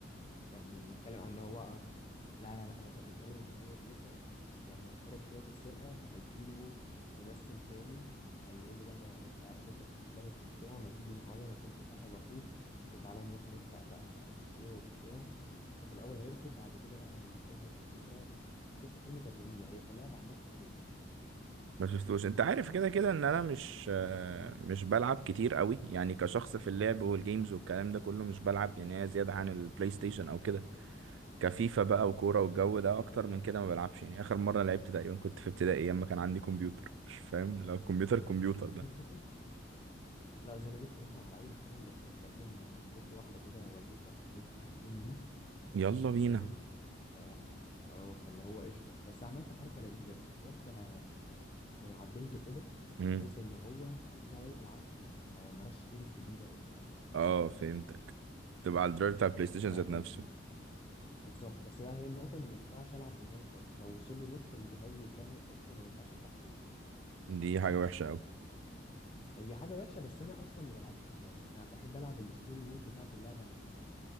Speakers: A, on the left (about 30°); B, on the right (about 85°).
A: كان بيتكلم عن ان هو لا لا لا هو كان بيتكلم ان هو بيسرق يعني محترف شويه في السرقه فهيجيله ممثل تاني هيقول له بقى انا شا- شايفك محترف وبتاع ما تيجي معايا انا كنت صاحب اخوك وتعالى نروح نسرق بقى مش عارف ايه وبتاع ففي الاول هيرفض بعد كده بقى هيحب الفكره قصه الفيلم كانت لذيذه هي كلعبه عامه حلوه
B: ما شفتوش انت عارف كده كده ان انا مش آه،
A: فاهم
B: مش بلعب كتير قوي يعني كشخص في اللعب والجيمز والكلام ده كله مش بلعب يعني هي زيادة عن البلاي ستيشن او كده كفيفا بقى وكورة والجو ده اكتر
A: اه
B: من كده ما بلعبش يعني اخر مرة لعبت تقريبا كنت في ابتدائي ايام ما كان عندي كمبيوتر مش فاهم لو كمبيوتر كمبيوتر
A: <laughs>
B: ده
A: لا اصل انا جبت مثلا على اول السنه اللي فاتت تقريبا جبت واحده كده وديت واحده بلاي ستيشن 4 يوز
B: يلا بينا
A: فاهم ف... اه فاللي هو قشطه بس عملت حركه لذيذه بقى رحت ه- زي عدلته كده
B: امم
A: بحيث ان هو اجيب عليه الالعاب فري ما ما اروحش اشتري سي دي بقى والكلام ده
B: اه فهمتك تبقى على الدرايف بتاع البلاي ستيشن ذات
A: فكان
B: نفسه
A: بالظبط بس بقى هي النقطه ان ما ينفعش العب اونلاين خالص لو وصل له نت الجهاز يتبند اصلا وما ينفعش افتحه تاني
B: دي حاجة وحشة
A: هي حاجه وحشه بس انا اصلا ما بلعبش اونلاين انا بحب العب الستوري مود بتاعت اللعبه نفسها